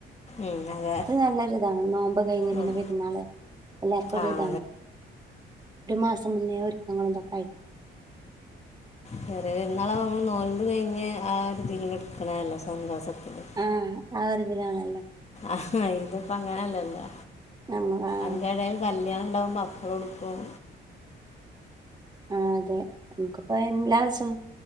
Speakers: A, on the left; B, on the right.
A: ഉം അതെ
B: നല്ലൊരിതാണ് നോമ്പ് കഴിഞ്ഞ് പിന്നെ
A: ഉം.
B: പെരുന്നാള് എല്ലാർക്കൊത്
A: ആ
B: ഇതാണ്.
A: അതെ
B: ര് മാസം മുന്നേ ഒരുക്കങ്ങളുന്തൊക്കായിര്ക്കും.
A: ചെറിയ പെരുന്നാള് നമ്മള് നോൽമ്പ് കഴിഞ്ഞ് ആ ഒരിതീല്ട് ട്ക്കണതല്ലേ സന്തോഷത്തില്.
B: ആഹ് ആഒരിതിലാണല്ലോ.
A: അഹ ഇതിപ്പ അങ്ങനല്ലല്ലോ
B: നമ്മ ആഹ്
A: അന്റെടയി കല്യാണണ്ടാവുബോ അപ്പളുടുക്കും.
B: ആഹ് അതെ നമുക്കിപ്പോ എല്ലാസം